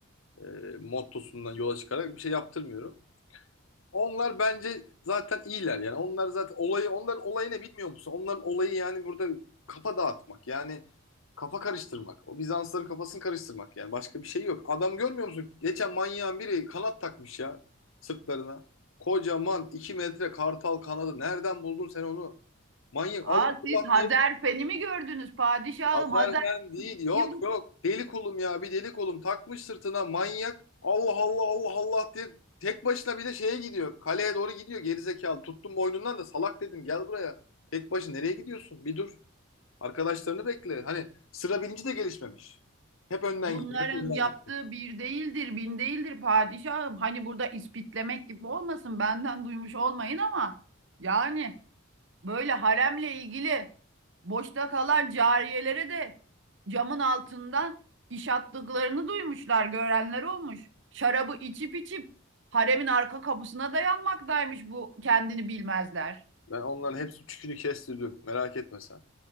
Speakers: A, on the left; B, on the right.
A: e, mottosundan yola çıkarak bir şey yaptırmıyorum. Onlar bence zaten iyiler yani. Onlar zaten olayı onların olayı ne bilmiyor musun? Onların olayı yani burada kafa dağıtmak yani kafa karıştırmak. O Bizansların kafasını karıştırmak yani başka bir şey yok. Adam görmüyor musun? Geçen manyağın biri kanat takmış ya sırtlarına. Kocaman 2 metre kartal kanadı. Nereden buldun sen onu? Manyak
B: Aa,
A: Allah
B: siz
A: Allah
B: Hazerfen'i
A: diye
B: mi gördünüz padişahım?
A: Azerben
B: Hazerfen'in
A: değil. Yok
B: bu
A: yok. Deli kolum ya. Bir deli kolum takmış sırtına manyak. Allah Allah Allah Allah diye tek başına bir de şeye gidiyor. Kaleye doğru gidiyor gerizekalı. Tuttum boynundan da salak dedim gel buraya. Tek başına nereye gidiyorsun? Bir dur. Arkadaşlarını bekle. Hani sıra bilinci de gelişmemiş. Hep önden
B: Bunların
A: gidiyor. Hep önden
B: yaptığı
A: gidiyor.
B: bir değildir, bin değildir padişahım. Hani burada ispitlemek gibi olmasın, benden duymuş olmayın ama yani böyle haremle ilgili boşta kalan cariyelere de camın altından iş attıklarını duymuşlar, görenler olmuş. Şarabı içip içip haremin arka kapısına dayanmaktaymış bu kendini bilmezler.
A: Ben onların hepsi tükünü kestirdim. Merak etme sen.